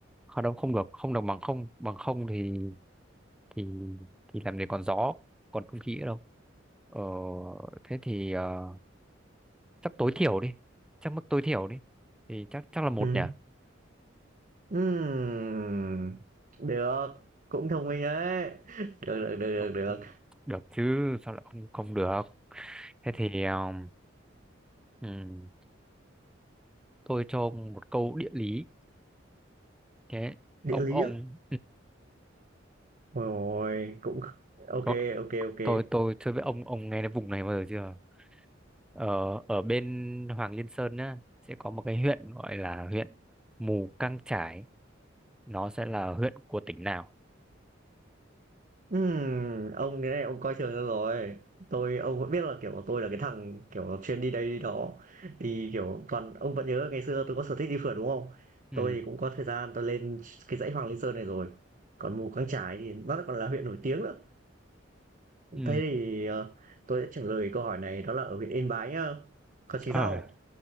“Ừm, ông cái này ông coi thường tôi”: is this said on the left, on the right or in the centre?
Right